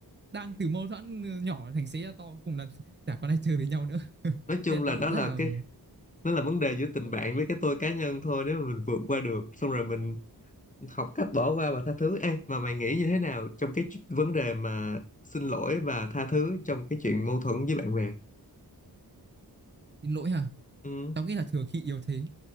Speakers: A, on the right (about 25°); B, on the left (about 20°).
A: đang từ mâu thuẫn nhỏ thành xế ra to cuối cùng là <laughs> chả còn ai chơi với nhau nữa <laughs> thế
B: nói chung
A: nên
B: là
A: tao
B: đó
A: rất
B: là
A: là
B: cái đó là vấn đề giữa tình
A: ừ,
B: bạn với cái tôi cá nhân thôi nếu mà mình vượt qua được xong rồi mình học cách bỏ qua và tha thứ Ê, mà mày nghĩ như thế nào trong cái chu- vấn đề mà xin lỗi và tha thứ trong cái chuyện mâu thuẫn với bạn bè
A: xin lỗi hả
B: ừ
A: tao nghĩ là thừa khi yếu thế